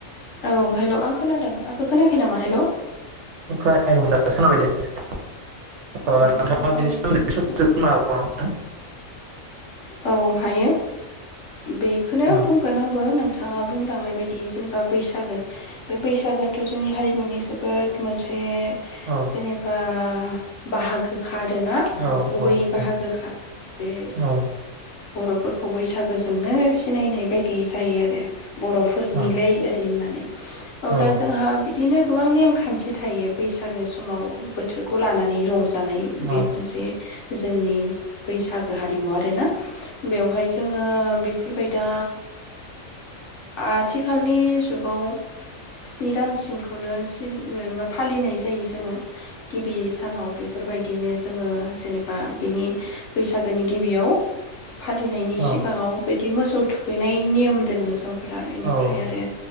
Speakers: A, on the left; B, on the right.
A: औ हेलौ' आं खोनादों आंखो खोनायाखै नामा हेलौ।
B: खोनायाखैमोन दा खोनाबाय दे। ओ
A: अ
B: नोंथांङा
A: माबा
B: बिनि
A: नेटवर्क
B: सोमोनदै सदसे बुंबावनो हागोन नामा नोंथां?
A: औ हायो। बेखोनो
B: नोंथां
A: बुंगोन आंबो नों थांङा बुंलांनाय बायदि जेनबा बैसागो बे बैसागो आथ' जोंनि हारिमुनि जोबोद मोनसे।
B: औ
A: जेनेबा। बाहागो। खाआरोना
B: औ
A: गुबै
B: औ
A: बाहागोखा
B: औ
A: बे।
B: औ
A: बर'फोरखौ बैसागोजोंनो सिनायनाय बायदि जायो आरो। बर'फोरनिलै
B: औ
A: ओरै होननानै। अब्ला
B: औ
A: जोंहा बि दिनो गोबां नेमखान्थि थायो बैसागो समाव बोथोरखौ लानानै रंजा होननानै बे
B: औ
A: मोनसे जोंनि बैसागो हारिमु आरो ना बेवहाय जोङो ओ बेफोरबाय दा आथिखालनि जुगाव स्नि दानसिमखौनो सि फालिनाय जायो जोङो। गिबि सानाव बे फोरबायदिनो जोङो जेनेबा बिनि बैसागोनि गिबियाव फालिनायनि
B: औ
A: सिगाङाव बे‌ बिदि मोसौ थुखैनाय नियम दोङो जों फोरा इनिफ्राय
B: औ
A: आरो